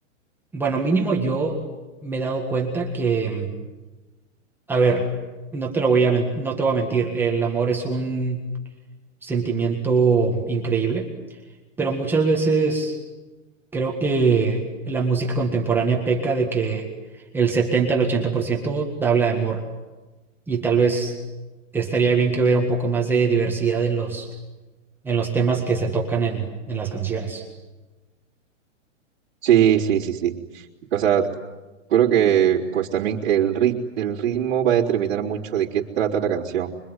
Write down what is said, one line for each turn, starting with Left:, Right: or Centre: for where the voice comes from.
Centre: bueno, mínimo yo me he dado cuenta que, a ver, no te lo voy a, men- no te voy a mentir, el amor es un sentimiento increíble, pero muchas veces Creo que la música contemporánea peca de que el 70 al 80% habla de amor y tal vez estaría bien que hubiera un poco más de diversidad en los, en los temas que se tocan en, en las canciones.
Right: Sí, sí, sí, sí. O sea, creo que pues también el, rit el ritmo va a determinar mucho de qué trata la canción,